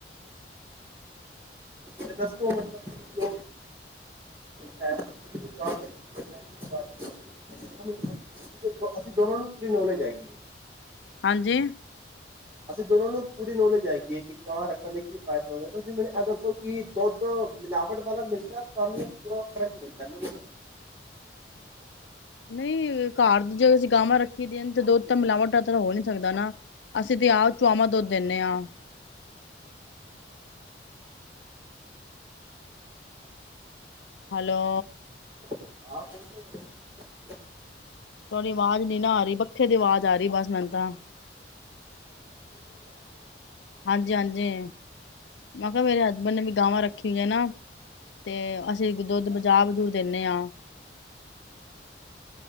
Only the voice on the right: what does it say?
ਤੇ ਦੱਸੋ ਮਤਲਬ ਕਿ ਜੋ ਹੈ ਜ਼ਿਆਤਰ ਫਮ ਜ਼ ਅਸੀਂ ਦੋਨਾਂ ਨੂੰ ਪੂਰੀ ਨੌਲੇਜ ਹੈਗੀ ਹੈ
ਅਸੀਂ ਦੋਨੋ ਨੂੰ ਪੂਰੀ ਨੋਲੇਜ ਹੈਏਗੀ ਹੈ ਕਿ ਗਾਂਹ ਰੱਖਣ ਦੇ ਕੀ ਫਾਇਦੇ ਹੋ ਤੁਸੀਂ ਮੈਨੂੰ ਇਹ ਦੱਸੋ ਕਿ ਦੁੱਧ ਮਿਲਾਵਟ ਵਾਲਾ ਮਿਲਦਾ ਤੁਹਾਨੂੰ ਪੂਰਾ ਫਸ਼ ਮਿਲਦਾ ਮ
<unintelligible>